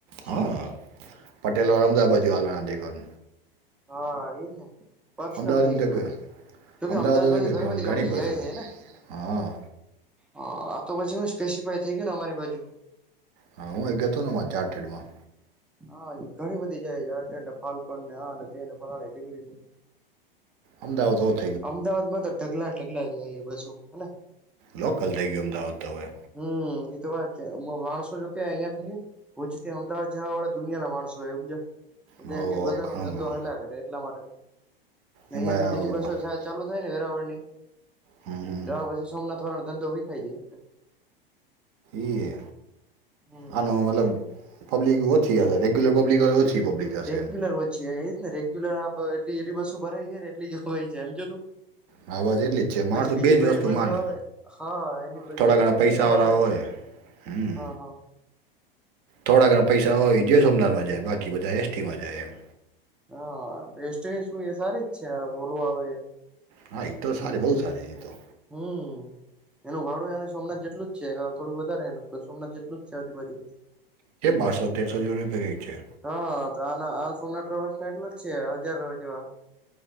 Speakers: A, in the centre; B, on the right.
A: શું
B: હા. પટેલ અમદાબાજુ હાલવાણા દેનું.
A: હા, એજ ને પર્સનલ
B: અમદાવાદની
A: થઇ ગયું.
B: જગ્યા
A: જોકે
B: અમદાવાદ
A: અમદાવાદમાં
B: તો કે
A: ઘણી બધી ગાડી
B: બસ
A: જાય છે ને.
B: હા
A: હા, આ તો પછી હું સ્પેસિફાઈ થઈ ગયું ને અમારી બાજુ.
B: હા, હું એ ગતો હતો ને, ચારઠેડમાં.
A: હા, ઘણી બધી જાય હે ફાલ્કનને, આને તેને ફ્લાની-ઢીકની ને.
B: અમદાવાદ હોત.
A: અમદાવાદ માં તો ઢગલા-ઢગલા જાય બહુ, હને.
B: લોકલ થઈ ગયું, અમદાવાદ તો હવે.
A: હમ્મ, એતો વાત છે. માણસો જો કે અહીંયા થી ભૂજ થી અમદાવાદ જવાવાળા. દુનિયા ના માણસો હોય એમ જ
B: હવ હવ
A: કે, બધા
B: ઘણું
A: ન ધંધો
B: ઘણું
A: હલા એટલા માટે. અહિયાયા
B: એમાં
A: થી બીજી
B: હવ
A: બસો ચાલુ થાય ને વેરાવરની
B: હમ હમ,
A: તોવા પછી સોમનાથ વાળાનો ધંધો વીખાય જાય એટલે
B: ઈએ
A: હમ
B: આનો મતલબ પબલિક ઓથી આશે રેગ્યલર પબ્લિક ઓછી પબ્લિક હશે
A: રેગ્યુલર
B: એમ
A: વચ્ચી એ ને રેગ્યુલર આપ એટ એલી બસ્ ભરાય ને એટલી હોય છે એમ જોતું
B: હા બસ એટલી જ છે માણસો
A: પછી બીજી
B: બે જ
A: કોઈની
B: વસ્તુ
A: બસો
B: માંડ
A: આવે હા એની બીજી
B: થોડા ઘણા
A: કોઈ
B: પૈસાવાળા
A: બસો આવે
B: હોય હમ
A: હા હા
B: થોડા ઘણા પૈસા હોય જો સોમનાથમાં જાય બાકી બધા એસટીમાં જાય એમ
A: હા બેેસ્ટ એ શુ સારી જ છે વોલ્વો આવે
B: હા ઈ તો સારી બહુ સારી ઈ તો
A: હમ્મ એનું ભાડુ એને સોમનાથ જેટલું છે થોડું વધારે તો સોમનાથ જેટલું જ છે આજુ બાજુ
B: પાસો તેરસોજ <unintelligible> ગઈ છે.
A: હા આ આ સોમનાથ ટ્રાવલ્સ ના એટલો જ છે હજાર જેવા